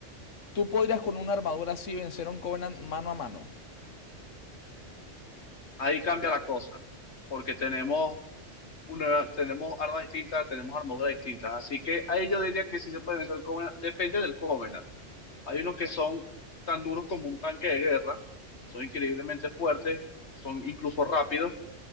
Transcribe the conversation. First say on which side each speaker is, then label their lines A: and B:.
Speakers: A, on the left; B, on the left.
A: ¿tú podrías con una armadura así vencer a un Covenant mano a mano?
B: ahí cambia la cosa, porque tenemos una, tenemos armas distintas, tenemos armaduras distintas. Así que ahí yo diría que sí se puede vencer el Covenant, depende del Covenant. Hay unos que son tan duros como un tanque de guerra, son increíblemente fuertes, son incluso rápidos